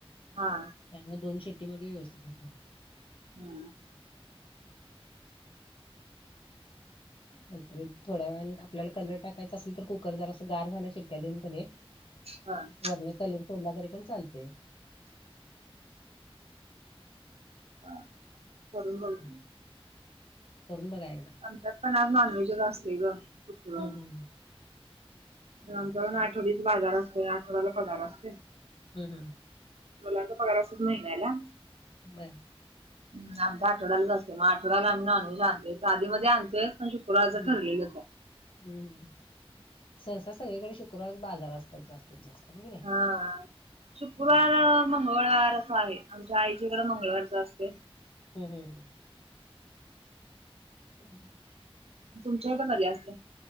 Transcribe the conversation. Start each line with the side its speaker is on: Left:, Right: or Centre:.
Right: हा.
Left: त्यामुळे दोन शिट्टीमध्ये व्यवस्थित होतय.
Right: हम्म.
Left: नंतर एक थोड्या वेळान आपल्याला कलर टाकायचं असेल तर कुकर जरा असं गार झालं शिट्ट्या देऊन का नय
Right: हा
Left: वरण कलर सोडला तरी पण चालतय.
Right: <unintelligible> वरुन
Left: हम्म.
Right: द्यायच.
Left: करून बघा एकदा.
Right: आमच्यात पण आज नॉनव्हेज असते ग शुक्रवारी
Left: हम्म हम्म
Right: तर
Left: बर
Right: आमच्या प छोडीच बाजार असते आठवड्याला पगार असतोय.
Left: हम्म, हम्म.
Right: मुलांचा पगार असतो महिन्याला.
Left: बर.
Right: हम्म, आमच्या आठवड्यालाच असते मग आठवड्याला
Left: स-
Right: आम्ही नॉनव्हेज आणते तर आधीमध्ये आणते पण शुक्रवारच
Left: हम्म.
Right: ठरलेलंच आहे.
Left: हम्म, सहसा सगळीकडे शुक्रवारी बाजार असतात जास्तीत जास्त आहे की नाही?
Right: हा शुक्रवार,
Left: हम्म
Right: मंगळवार असं आहे आमच्या आईच्या इकडे मंगळवारच असते.
Left: हम्म, हम्म, हम्म. हो <inaudible>
Right: तुमच्या इकडे कधी असते?